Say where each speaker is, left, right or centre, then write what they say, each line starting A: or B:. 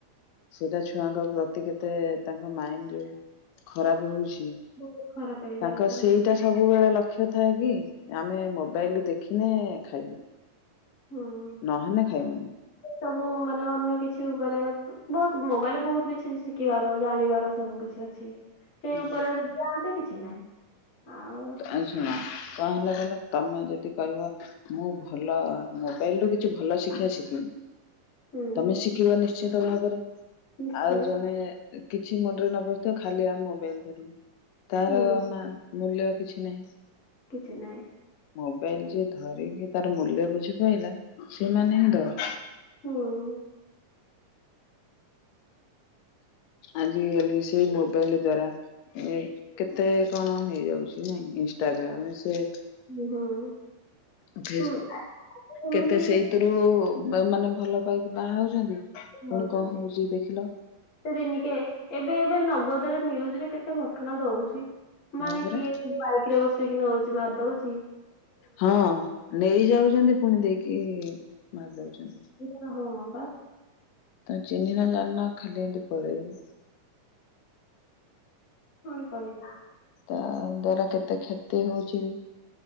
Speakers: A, on the left; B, on the left.
A: ସେଇଟା ଛୁଆଙ୍କ ପ୍ରତି କେତେ ତାଙ୍କ ମାଇଣ୍ଡ ରେ ଖରାପ ହଉଛି।
B: ବହୁତ ଖରାପ ହେଇଯାଉଛନ୍ତି
A: ତାଙ୍କ ସେ ଟା ସବୁବେଳେ ଲକ୍ଷ୍ୟ ଥାଏ କି ଆମେ ମୋବାଇଲ ଦେଖିନେ ଖାଇବୁ।
B: ହୁଁ।
A: ନହନେ ଖାଇବୁନୁ।
B: ସବୁ ମାନେ ଅନ୍ୟ କିଛି ଉପରେ ବହୁତ ମୋବାଇଲରେ ବହୁତ କିଛି ଶିଖିବାର ଜାଣିବାର ସବୁ କିଛି ଅ ଛି ସେଇ
A: ହୁଁ
B: ଉପରେ ଯଦି ଯାଆନ୍ତେ କିଛି ନାହିଁ ଆଉ
A: ଆଉ ଶୁଣ କଣ ହେଲା କହିଲ ତମେ ଯଦି କହିବ ମୁଁ ଭଲ ମୋବାଇଲ ରୁ କିଛି ଭଲ ଶି୍ଷିବା ଶିକିମି।
B: ହୁଁ
A: ତମେ ଶିଖିବ ନିଶ୍ଚିିତ ଭାବରେ
B: ନିଶ୍ଚୟ।
A: ଆଉ ଜଣେ କିଛି ମୁଣ୍ଡରେ ନ ପଶୁଥିବ ଖାଲି ଆମେ ମୋବାଇଲ ଧରୀମୁ ତାର
B: ହୁଁ
A: ମୂଲ୍ୟ କିଛି ନାହିଁ।
B: କିଛି ନାହିଁ।
A: ମୋବାଇଲ ଯିଏ ଧରିକି ତାର ମୂଲ୍ୟ ବୁଝିପାଇଲା ସେମାନେ ହିଁ ଧର।
B: ହୁଁ।
A: ଆଜିକାଲି ସେଇ ମୋବାଇଲ ଦ୍ଵାରା ଏ କେତେ କଣ ହେଇଯାଉଛି ନାଇଁ ଇନଷ୍ଟାଗ୍ରାମେ ସେ
B: <unintelligible>
A: <unintelligible>
B: ହୁଁ ଆଜି କେମିତି
A: କେତେ ସେଇଥିରୁ ବ ମାନେ ଭଲ ପାଇକି ବାହା ହଉଛନ୍ତି। ପୁଣି
B: ହଉଚନ୍ତି।
A: କଣ ହଉଛି ଦେଖିଲ
B: ଏତେ ଦିନିକେ ଏବେ ଏବେ ନଗଦରେ ନ୍ୟୁଜରେ କେତେ ଘଟଣା ଦଉଛି।
A: ହଁ
B: ମାନେ
A: ପରା
B: କିଏ ବାଇକ୍ ରେ ବସେଇକି ନ ହଉଛି ମାରିଦଉଛି।
A: ହଁ ନେଇ ଯାଉଛନ୍ତି ପୁଣି ଦେଇକି ମାରିଦଉଛନ୍ତି।
B: ଆଜ୍ଞା ହଁ ପା।
A: ଆ ଚିହ୍ନି ନା ଜାଣିନା ଖାଲି ଏମିତି ପଳେଇବି।
B: ପୁଣି କରିବା।
A: ତା ଦ୍ଵାରା କେତେ କ୍ଷତି ହୋଉଚି।